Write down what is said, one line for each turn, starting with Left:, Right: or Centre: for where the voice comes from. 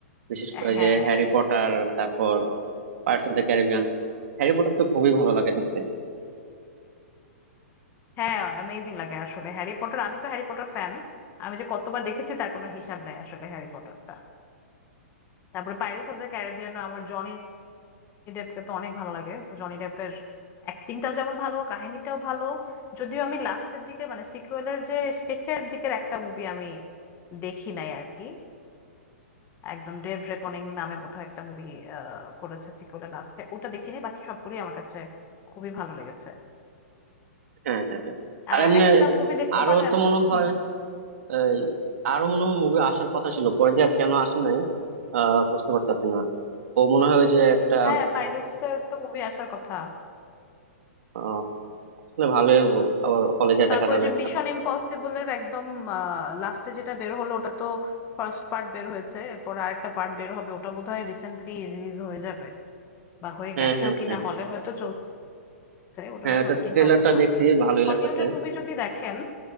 Right: বিশেষ করে
Left: হ্যাঁ
Right: যে হ্যারি পটার তারপর Pirates of the Caribbean Harry Potter তো খুবই ভালো লাগে দেখতে
Left: হ্যাঁ অ্যামেজিং লাগে আসলে হ্যারি পটার আমি তো হ্যারি পটার ফ্যান আমি যে কতবার দেখেছি তার কোনো হিসাব নাই আসলে হ্যারি পটারটা তারপরে পাইরেটস অফ দ্য ক্যারিবিয়ান আমার জনি ডেপকে তো অনেক ভালো লাগে তো জনি ডেপের অ্যাক্টিংটাও যেমন ভালো কাহিনীটাও ভালো যদিও আমি লাস্টের দিকে মানে সিকুয়েলের যে শেষের দিকের একটা মুভি আমি দেখি নাই আর কি একদম ডেড রেকনিং নামে বোধহয় একটা মুভি করেছে সিকুয়েলের লাস্টে ওটা দেখিনি বাকি সবগুলোই আমার কাছে খুবই ভালো লেগেছে
Right: হ্যাঁ হ্যাঁ হ্যাঁ আর
Left: আহ,
Right: এমনি
Left: একটা মুভি দেখতে
Right: আরো
Left: পারেন
Right: তো মনে হয়
Left: হুম
Right: এই আরো মনে হয় মুভি আসার কথা ছিল পরে দিয়ে আর কেন আসে নাই আহ বুঝতে পারতাছি না ও মনে হয় ওই যে একটা
Left: হ্যাঁ পাইরেটস এর তো মুভি আসার কথা
Right: আহ, আসলে ভালোই হবো আবার হলে যা
Left: তারপর
Right: দেখা যাবে
Left: যে
Right: একসাথে
Left: মিশন ইম্পসিবলের একদম লাস্টে যেটা বের হলো ওটা তো ফার্স্ট পার্ট বের হয়েছে এরপর আরেকটা পার্ট বের হবে ওটা বোধহয় রিসেন্টলি রিলিজ হয়ে যাবে বা হয়ে
Right: হ্যাঁ
Left: গেছেও
Right: হ্যাঁ
Left: কিনা
Right: হ্যাঁ
Left: হলে হয়তো চলছে ওটার
Right: হ্যাঁ
Left: এখন
Right: এটা
Left: প্রিন্ট
Right: ট্রেলারটা
Left: পাওয়া যাবে না
Right: দেখছি ভালোই
Left: হলিউডের
Right: লাগতেছে
Left: মুভি যদি দেখেন